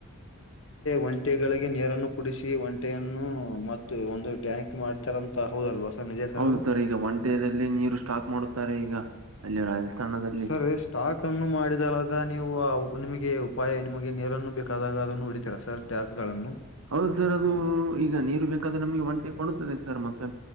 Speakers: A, on the left; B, on the right.
A: ಒಂಟಿಗಳಿಗೆ ನೀರನ್ನು ಕುಡಿಸಿ ಒಂಟೆಯನ್ನು ಮ ಒಂದು ಟ್ಯಾಂಕ್ ಮಾಡ್ತಾರಂತ ಹೌದಲ್ವಾ ಸರ್ ನಿಜ
B: ಹೌದು
A: ಅದು
B: ಸರ್ ಈಗ ಒಂಟ್ಯದಲ್ಲಿ ನೀರು ಸ್ಟಾಕ್ ಮಾಡುತ್ತಾರೆ ಈಗ ಅಲ್ಲಿ ರಾಜಸ್ಥಾನದಲ್ಲಿ
A: ಸರಿ ಸ್ಟಾಕ್ ಅನ್ನು ಮಾಡಿದಳಗ ನೀವು ನಿಮಗೆ ಉಪಾಯ ನಿಮಗೆ ನೀರನ್ನು ಬೇಕಾದಾಗ ಅದನ್ನು ಹಡಿತೀರಾ ಸರ್ ಟ್ಯಾಕ್ ಗಳನ್ನು
B: ಹೌದು ಸರ್ ಅದು ಈಗ ನೀರು ಬೇಕಾದ್ರೆ ನಮ್ಗೆ ಒಂಟೆ ಕೊಡುತ್ತದೆ ಸರ್ ಮತ್ತೆ